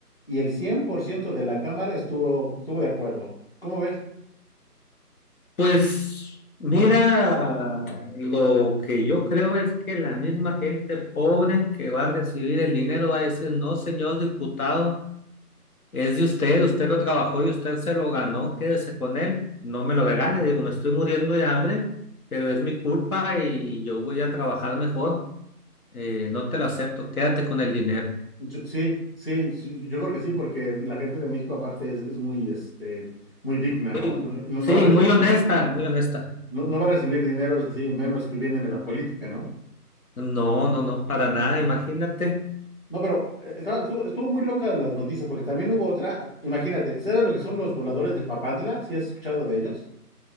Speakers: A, on the left (about 35°); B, on the left (about 65°).
A: y el 100% de la Cámara estuvo, estuvo de acuerdo. ¿Cómo ves?
B: Pues mira, lo que yo creo es que la misma gente pobre que va a recibir el dinero va a decir, no, señor diputado, es de usted, usted lo trabajó y usted se lo ganó, quédese con él, no me lo regale, digo, me estoy muriendo de hambre, pero es mi culpa y yo voy a trabajar mejor, Eh, no te lo acepto, quédate con el dinero.
A: Yo- sí, sí, sí, yo creo que sí, porque la gente de México aparte es, es muy, este, muy digna, ¿no?
B: Muy-
A: No, no-
B: Sí,
A: no va
B: muy
A: a, rec-
B: honesta, muy honesta.
A: No, no va a recibir dineros así, menos que vienen de la política, ¿no?
B: No, no, no, para nada, imagínate.
A: No, pero eh, estaba- estuvo, estuvo muy loca las noticias, porque también hubo otra. Imagínate, ¿sabes lo que son los voladores de Papantla? ¿Sí has escuchado de ellos?